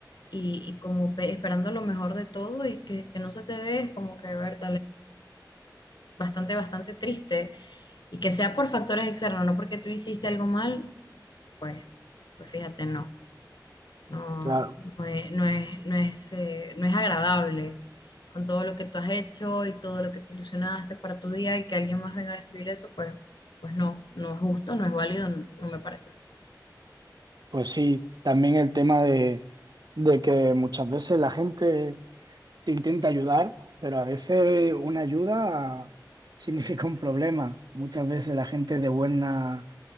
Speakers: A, on the left; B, on the right.
A: y, y como pe- esperando lo mejor de todo y que, que no se te dé, es como que, ver, bastante, bastante triste y que sea por factores externos, no porque tú hiciste algo mal, pues, pues fíjate, no, no,
B: Claro,
A: no es, no es, no es, eh, no es agradable con todo lo que tú has hecho y todo lo que te ilusionaste para tu día y que alguien más venga a destruir eso, pues, pues no, no es justo, no es válido, no, no me parece.
B: pues sí, también el tema de, de que muchas veces la gente te intenta ayudar, pero a veces una ayuda significa un problema. Muchas veces la gente de buena